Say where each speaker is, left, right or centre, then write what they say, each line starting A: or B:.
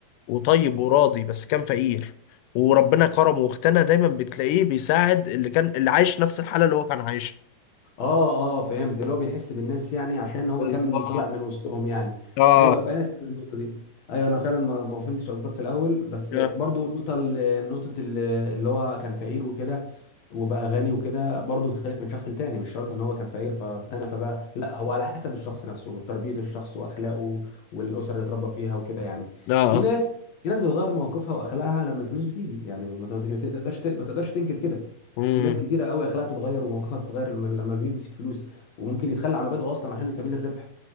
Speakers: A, on the left; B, on the left.
A: وطيب وراضي بس كان فقير وربنا كرمه واغتنى دايما بتلاقيه بيساعد اللي كان اللي عايش نفس الحالة اللي هو كان عايشها
B: اه اه فهمت اللي هو بيحس بالناس يعني عشان هو
A: بالظبط
B: كان طالع من وسطهم يعني
A: اه
B: ايوه فاهم أنا النقطه دي ايوه انا فعلا ما ما فهمتش قصدك في الاول بس
A: اه
B: برضو النقطه ال- نقطه ال- اللي هو كان فقير وكده وبقى غني وكده برضو تختلف من شخص لتاني مش شرط ان هو كان فقير فاغتنى فبقى لا هو على حسب الشخص نفسه وتربية الشخص واخلاقه والاسره اللي اتربى فيها وكده يعني
A: اه
B: في ناس في ناس بتغير مواقفها واخلاقها لما الفلوس بتيجي يعني ما ما تقدرش ما تقدرش تنكر كده
A: مم.
B: في ناس كتيره قوي اخلاقها بتتغير ومواقفها بتتغير لما لما بيمسك فلوس وممكن يتخلى عن مبادئه اصلا عشان سبيل الربح